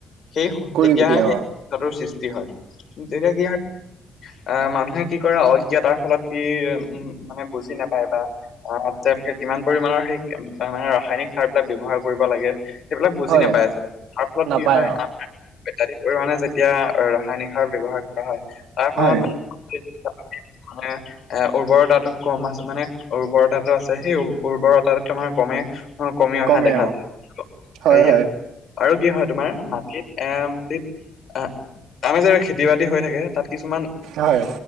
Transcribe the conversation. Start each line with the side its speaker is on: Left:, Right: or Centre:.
Left: সেই
Right: কৰিব
Left: তেতিয়াহে
Right: দিয়ে
Left: সেই
Right: অ
Left: সৃষ্টি হয়। তেতিয়া কি হয় আহ মানুহে কি কৰে অজ্ঞাতাৰ ফলত কি উম মানে বুজি নাপায় বা অ তেওঁলোকে কিমান পৰিমাণৰ সেই মানে ৰাসায়নিক সাৰ বিলাক ব্যৱহাৰ কৰিব লাগে সেইবিলাক বুজি
Right: হয়
Left: নাপায় আচলতে, তাৰ ফলত
Right: নাপায়
Left: কি হয়
Right: অ
Left: অত্যাধিক পৰিমানে যেতিয়া ৰাসায়নিক সাৰ ব্যৱহাৰ কৰা হয় তাৰ ফলত
Right: হয়
Left: <unintelligible> মানে এ উৰ্বৰতাতো কম আছে মানে উৰ্বৰতাটো আছে সেই উৰ্বৰতাটো তোমাৰ কমে অ কমি অহা
Right: কমে
Left: দেখা
Right: অ
Left: যায়। ইয়াত
Right: হয় হয়
Left: <unintelligible> আৰু কি হয় তোমাৰ মাটিত এ মাটিত আহ আমি যে খেতি বাতি হৈ থাকে তাত কিছুমান
Right: হয়।